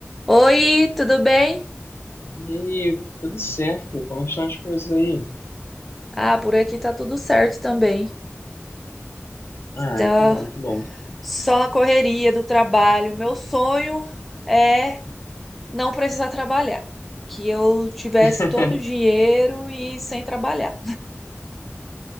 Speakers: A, in the centre; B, on the left.
A: Oi, tudo bem?
B: E aí, tudo certo? Como é que estão as coisas aí?
A: Ah, por aqui tá tudo certo também.
B: Ah,
A: Tá
B: que bom, que bom.
A: só a correria do trabalho. Meu sonho é não precisar trabalhar, que eu tivesse
B: <laughs>
A: todo o dinheiro e sem trabalhar.